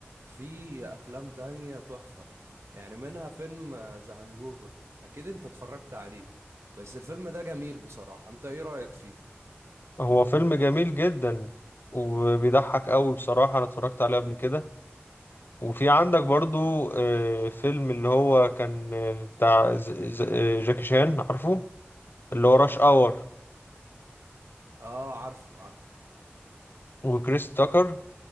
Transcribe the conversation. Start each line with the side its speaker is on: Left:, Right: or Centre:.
Right: في افلام تانية تحفه يعني منها فيلم ذا هانجوفر اكيد انت اتفرجت عليه بس الفيلم ده جميل بصراحه انت ايه رايك فيه
Left: هو فيلم جميل جدا وبيضحك قوي بصراحة انا اتفرجت عليه قبل كده وفي عندك برضو آه، فيلم اللي هو كان آه، بتاع ز- ز- آه، جاكي شان عارفه اللي هو راش اور
Right: اه عارفه عارفه
Left: وكريس تاكر